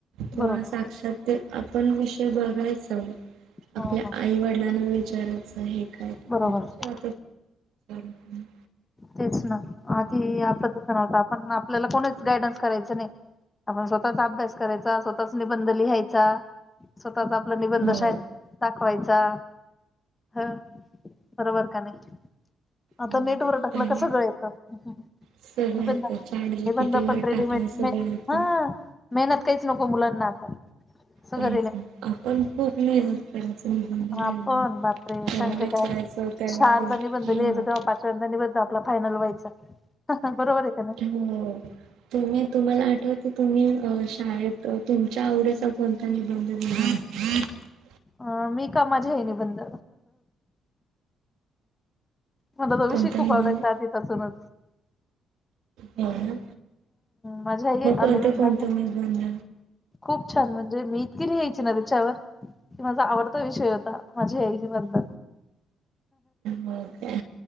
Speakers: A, on the right; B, on the left.
A: किंवा
B: बरोबर
A: साक्षात ते आपण विषय बघायचा ओ आपल्या
B: हो हो
A: आई वडिलांना विचारायचं हे काय ते
B: बरोबर
A: काय <unintelligible> <unintelligible>
B: तेच ना आधी आपलं तस नव्हत पण आपल्याला कोणीच गायडन्स करायचं नाही आपण स्वतःच अभ्यास करायचा स्वतःच निबंध लिहायचा स्वतः आपला निबंध
A: हो
B: शाळेत दाखवायचा. हं बरोबर का नाही? आता
A: बरोबर
B: नेटवर टाकलं
A: पहिल्या
B: कस जायचं? <inaudible>
A: सगळं
B: निबंध
A: येतं चॅट जीपीटी
B: -निबंध
A: वर
B: पण रेडीमेड
A: टाकलं सगळं
B: ना-
A: येतं.
B: हा मेहनत काहीच नको मुलांना. <unintelligible> सगळं
A: काहीच नाही आपण खूप मेहनत करायचो निबंध
B: हा
A: लिहायला.
B: पण बापरे
A: त्याला
B: सांगते
A: विचरायचं
B: काय
A: त्याला
B: चारदा
A: ह
B: निबंध लिहायचो तेव्हा यपाचवंदानी ब आपला फायनल व्हायचा बरोबर आहे का नाही
A: हो तुम्ही तुम्हाला आठवत तुम्ही अ शाळेत तुमच्या आवडीचा कोणता निबंध <unintelligible>
B: अ मी का माझे हे निबंध मला तो
A: कोणता
B: विषय खूप
A: निबंध
B: आवडायचा आधी पासूनच
A: हो ना
B: माझी आई
A: मग कोणते
B: निबंध
A: कोणते निबंध
B: खूप छान म्हणजे मी इतकी लिहायची ना त्याच्यावर माझा आवडता विषय होता माझी आई निबंध
A: हो का